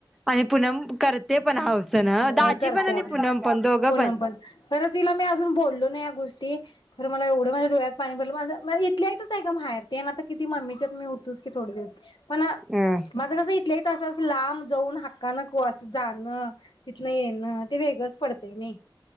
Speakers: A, in the centre; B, on the left.
A: आणि पूनम करते पण
B: <unintelligible>
A: हौसन
B: हां
A: दाजी
B: वय करत्या
A: पण आणि
B: आपून
A: पूनम पण दोघं
B: पूनम पण, खरं तिला मी अजून बोललो नाही या गोष् ती, खरं मला एवढं माया डोळ्यात पाणी भरलं माझ्या मा इथल्या इथंच आहे गं माहेर ते नात किती मम्मीच्यात मी होतोच की थोडं दिवस. पण
A: अ
B: <unintelligible> ते तसंच लांब जाऊन हक्का नको असं जाणं, तिथनं येणं, ते वेगळंच पडतंय नाही. <inaudible>